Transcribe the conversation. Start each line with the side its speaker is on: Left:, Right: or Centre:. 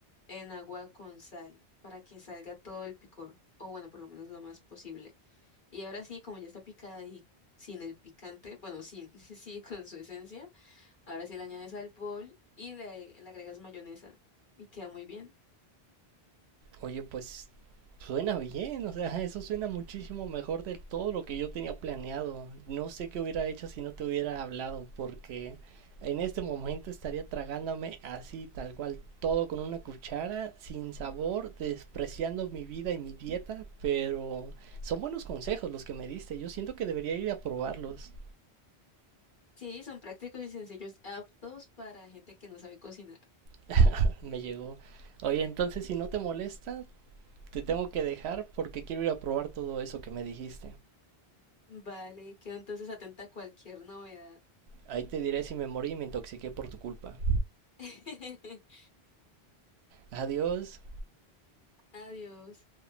Left: en agua con sal para que salga todo el picor, o bueno, por lo menos lo más posible. Y ahora sí, como ya está picada y sin el picante, bueno, sin, <laughs> sí, con su esencia, ahora sí le añades al bol y le le agregas mayonesa y queda muy bien.
Right: Oye, pues suena bien, o sea, <laughs> eso suena muchísimo mejor de todo lo que yo tenía planeado. No sé qué hubiera hecho si no te hubiera hablado, porque en este momento estaría tragándome así, tal cual, todo con una cuchara, sin sabor, despreciando mi vida y mi dieta, pero son buenos consejos los que me diste. Yo siento que debería ir a probarlos.
Left: Sí, son prácticos y sencillos, aptos para gente que no sabe cocinar.
Right: <laughs> Me llegó. Oye, entonces si no te molesta, te tengo que dejar porque quiero ir a probar todo eso que me dijiste.
Left: Vale, quedo entonces atenta a cualquier novedad.
Right: Ahí te diré si me morí y me intoxiqué por tu culpa.
Left: <laughs>
Right: Adiós.
Left: Adiós.